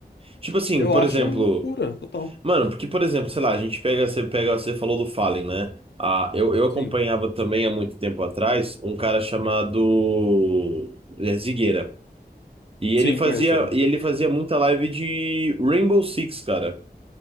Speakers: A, on the right; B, on the left.
A: Tipo assim,
B: Eu
A: por
B: acho
A: exemplo,
B: loucura, total.
A: mano, porque, por exemplo, sei lá, a gente pega, você pega, você falou do Fallen, né? Ah, eu, eu acompanhava
B: Sim.
A: também há muito tempo atrás um cara chamado é, Zigueira. E
B: Sim,
A: ele fazia,
B: conheço ele.
A: e ele fazia muita live de Rainbow Six, cara.